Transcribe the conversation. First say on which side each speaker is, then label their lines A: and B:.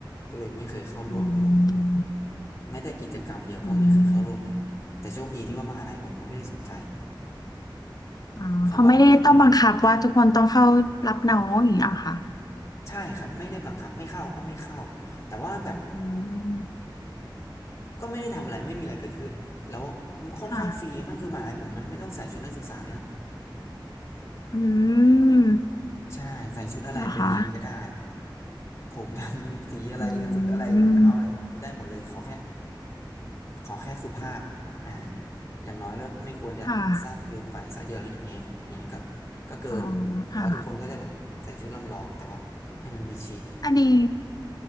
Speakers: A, on the left (about 35°); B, on the left (about 50°).
A: ก็เลยไม่เคยเข้าร่วมเลย
B: อืม
A: แม้แต่กิจกรรมเดียวก็ไม่เคยเข้าร่วมครับแต่โชคดีที่ว่ามหาลัยผมเขาไม่ได้สนใจ
B: อืมอ๋อเขาไม่ได้ต้องบังคับว่าทุกคนต้องเข้ารับน้องอย่างนี้เหรอค่ะ
A: เขาก็ไม่ใช่ครับไม่ได้บังคับไม่เข้าก็ไม่เข้าแต่ว่าแบบ
B: อืม
A: ก็ไม่ได้ทำอะไรไม่มีอะไรเกิดขึ้นแล้วค่อนข้างฟรีมันคือมหาลัยผมมันไม่ต้องใส่ชุดนักศึกษาเลยนะ
B: ค่ะอืม
A: ใช่ใส่ชุดอะไรไปเรียนก็ได้
B: เหรอคะ
A: ผมทำสีอะไรสุดอะไรรองเท้าอะไรก็ได้หมดเลยขอแค่
B: อืม
A: ขอแค่สุภาพอ่าอย่างน้อยก็ไม่ควรจะสั้นเกินไปสายเดียวอะไรเงี้ยอย่างเงี้ยอย่างนั้นก็
B: ค่ะ
A: ก็เกินแต่ว่าทุกคนก็จะแบบใส่ชุดลำลองแต่ว่าให้มันมีชิด
B: อ๋อค่ะอันนี้